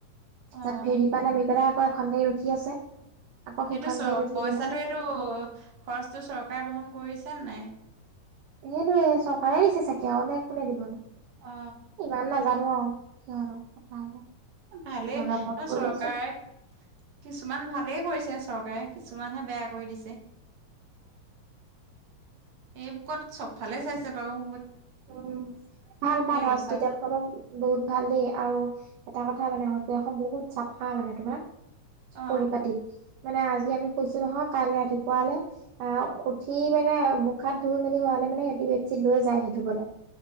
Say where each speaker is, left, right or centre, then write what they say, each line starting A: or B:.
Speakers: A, on the right; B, on the right.
A: অ'।
B: তাত ফেৰীপৰা নামি পেলাই আকৌ এখন গাড়ী ৰখি আছে। আকৌ সেইখন
A: এইটো চ
B: গাড়ীত উঠি
A: পইচাটো
B: পেলাই
A: এইটো খৰচটো চৰকাৰে বহন কৰিছে নাই।
B: সেইটোৱে চৰকাৰে দিছে চাগে আৰু ন কোনে দিব ন।
A: অ
B: ইমান নাজানো আৰু সিহঁতৰ আৰু কথাবোৰ। <inaudible>
A: ভালেই
B: লগত কৰিছো
A: চৰকাৰে কিছুমান ভালেই কৰিছে। চৰকাৰে কিছুমানহে বেয়া কৰি দিছে। এই বুকত চবফালে চাইছে বাও।
B: উম ভাল ভাল হস্পিটাল
A: লৈছা
B: খনো বহুত ভাল দেই আৰু। এটা কথা মানে হয় এইখন বহুত চাফা মানে তোমাৰ
A: অ
B: পৰিপাটি। মানে আজি আমি শুইছো নহয় কাইলৈ ৰাতিপুৱালৈ অ', উঠি মানে। মুখ, হাত ধুই মেলি হোৱালে সিহঁতি মানে বেডশ্বিট লৈ যায় হি ধুবলৈ